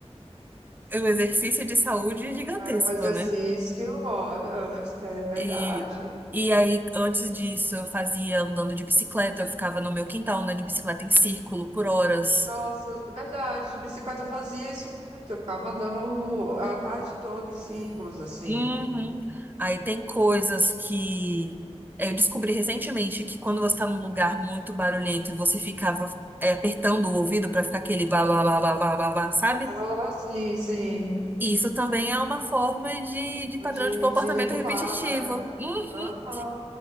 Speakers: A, on the right (about 15°); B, on the right (about 85°).
A: um exercício de saúde gigantesco,
B: Era um exercício,
A: né?
B: olha, <laughs> é verdade.
A: E, e aí, antes disso, eu fazia andando de bicicleta, eu ficava no meu quintal andando de bicicleta em círculo por horas.
B: Nossa, é verdade, de bicicleta eu fazia isso muito. Eu ficava andando a tarde toda em círculos, assim.
A: Uhum. Aí tem coisas que é, eu descobri recentemente que quando você tá num lugar muito barulhento e você ficava é, apertando o ouvido pra ficar aquele blá blá blá blá blá blá, blá, sabe?
B: Ah, sim, sim.
A: Isso também é uma forma de, de padrão
B: De,
A: de comportamento
B: de regular,
A: repetitivo.
B: né?
A: Uhum.
B: Aham.